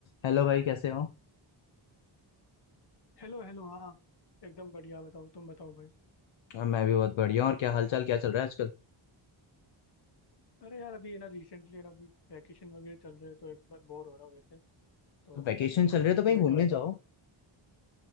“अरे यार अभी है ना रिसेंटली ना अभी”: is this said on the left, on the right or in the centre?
Left